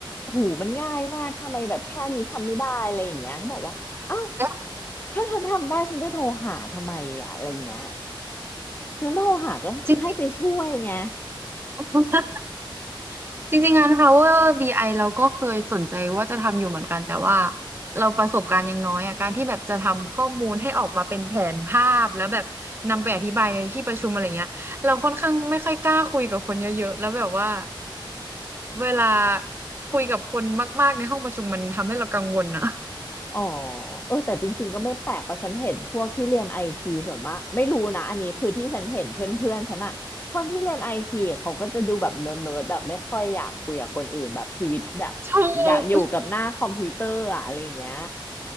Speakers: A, on the left; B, on the right.
A: หูมันง่ายมากทำไมแบบแค่นี้ทำไม่ได้อะไรอย่างเงี้ยก็บอกว่าเอ้า
B: แล้ว
A: ถ้าฉันทำได้ฉันจะโทรหาทำไมอ่ะอะไรอย่างเงี้ยฉันโทรหาก็คือให้ไปช่วยไง
B: จริงๆ <laughs> จริงๆงาน Power BI เราก็เคยสนใจว่าจะทำอยู่เหมือนกันแต่ว่าเราประสบการณ์ยังน้อยอ่ะการที่แบบจะทำข้อมูลให้ออกมาเป็นแผนภาพแล้วแบบนำไปอธิบายในที่ประชุมอะไรเงี้ยเราค่อนข้างไม่ค่อยกล้าคุยกับคนเยอะๆแล้วแบบว่าเวลาคุยกับคนมากๆในห้องประชุมมันทำให้เรากังวลอ่ะ
A: อ๋อเออแต่จริงๆก็ไม่แปลกเพราะฉันเห็นพวกที่เรียนไอทีส่วนมากไม่รู้นะอันนี้คือที่ฉันเห็นเพื่อนๆฉันอะคนที่เรียนไอทีเขาก็จะดูแบบเนิร์ดๆแบบไม่ค่อยอยากคุยกับคนอื่นแบบชีวิตแบบ
B: <laughs> ถูก
A: อยากอยู่กับหน้าคอมพิวเตอร์อะอะไรอย่างเงี้ย